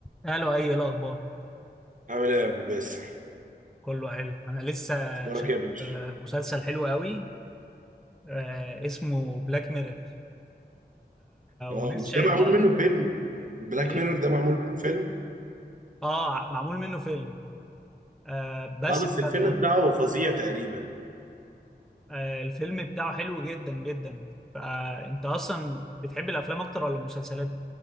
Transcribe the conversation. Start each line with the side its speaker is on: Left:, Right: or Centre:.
Centre: قالوا اي إيه الاخبار
Right: عامل ايه يا ابو باسم
Centre: كله حلو انا لسه
Right: اخبارك
Centre: شايف
Right: إيه يا باشا
Centre: آه، مسلسل حلو قوي آه، اسمه بلاك ميرور
Right: اه
Centre: ولسه
Right: مش
Centre: شايف
Right: ده معمول
Centre: برضه-
Right: منه فيلم بلاك
Centre: ايه
Right: ميرور ده معمول منه فيلم
Centre: اه معمول منه فيلم آه، بس
Right: اه بس
Centre: ف-
Right: الفيلم بتاعه فظيع تقريبا
Centre: آه، الفيلم بتاعه حلو جدا جدا فانت اصلا بتحب الافلام اكتر ولا المسلسلات